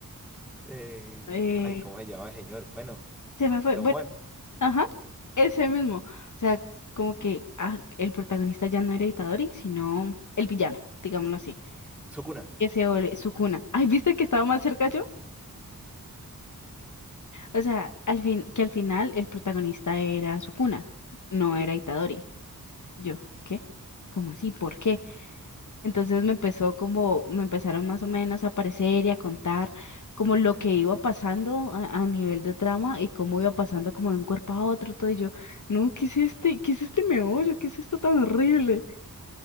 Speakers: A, in the centre; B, on the left.
A: eh,
B: eh,
A: ay, ¿cómo se llama, el señor? Bueno,
B: se me fue.
A: don
B: Bueno,
A: Juan,
B: ajá, ese mismo. O sea, como que ah, el protagonista ya no era Itadori, sino el villano, digámoslo así.
A: Sukuna.
B: Que se vuelve Sukuna. Ay, ¿viste que estaba más cerca yo? O sea, al fin, que al final el protagonista era Sukuna, no era Itadori. Yo, ¿qué? ¿Cómo así? ¿Por qué? Entonces me empezó como, me empezaron más o menos a aparecer y a contar como lo que iba pasando a, a nivel de trama y cómo iba pasando como de un cuerpo a otro, todo y yo, no, ¿qué es este? ¿Qué es este meollo? ¿Qué es esto tan horrible?